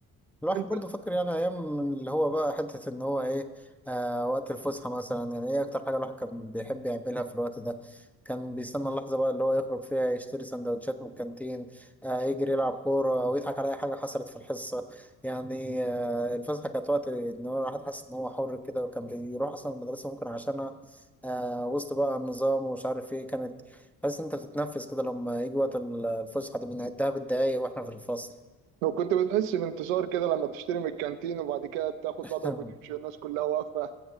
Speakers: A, in the centre; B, on the right.
A: الواحد
B: انت
A: برضه فاكر يعني ايام من اللي هو بقى حته ان هو ايه آه وقت الفسحه مثلا يعني ايه اكتر حاجه الواحد كان بيحب يعملها في الوقت ده كان بيستنى اللحظه بقى اللي هو يخرج فيها يشتري سندوتشات من الكانتين آه يجري يلعب كوره او يضحك على اي حاجه حصلت في الحصه يعني آه الفسحه كانت وقت ان هو الواحد حاسس ان هو حر كده وكان بيروح اصلا المدرسه ممكن عشانها آه وسط بقى النظام ومش عارف ايه كانت حاسس إن انت بتتنفس كده لما يجي وقت الفسحه دي بنعدها بالدقايق واحنا في الفصل
B: لو كنت بتحس بانتصار كده لما تشتري من الكانتين وبعد كده تاخد
A: <laughs>
B: بعضك وتمشي والناس كلها واقفة